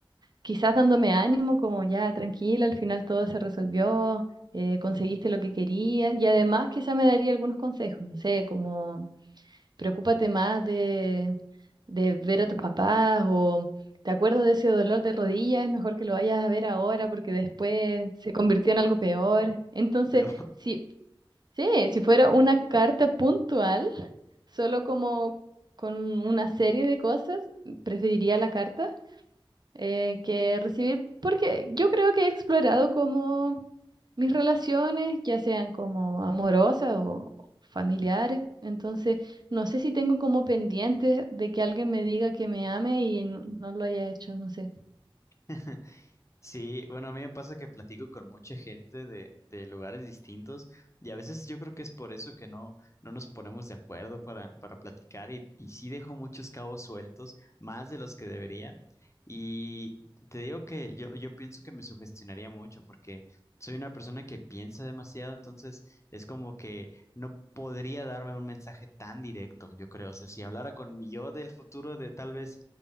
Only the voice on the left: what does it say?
Yo.
<laughs> Sí, bueno, a mí me pasa que platico con mucha gente de, de lugares distintos y a veces yo creo que es por eso que no, no nos ponemos de acuerdo para, para platicar y, y sí dejo muchos cabos sueltos, más de los que debería. Y te digo que yo, yo pienso que me sugestionaría mucho porque soy una persona que piensa demasiado, entonces es como que no podría darme un mensaje tan directo, yo creo. O sea, si hablara con mi yo del futuro, de tal vez